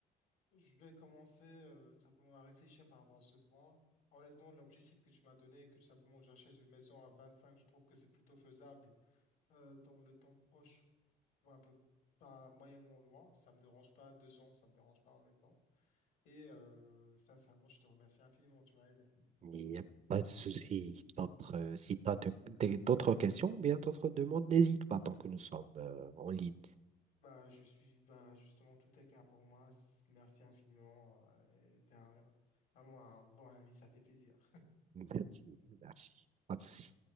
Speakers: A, on the left; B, on the right.
A: je vais commencer euh, tout simplement à réfléchir par rapport à ce point. Honnêtement, l'objectif que tu m'as donné, que tout simplement que j'achète une maison à 25 je trouve que c'est plutôt faisable euh, dans le temps proche ou un peu pas moyennement loin. Ça me dérange pas, deux ans, ça me dérange pas honnêtement. Et euh, ça, ça, moi, je te remercie infiniment, tu m'as aidé.
B: Il n'y a pas de souci. D'autres, euh, si tu as d'autres questions, bien d'autres demandes, n'hésite pas tant que nous sommes euh, en ligne.
A: Bah, je suis, bah, justement, tout est clair pour moi. S- Merci infiniment. euh, et T'es un- vraiment un bon ami, ça fait plaisir.
B: Merci, merci. Pas de souci.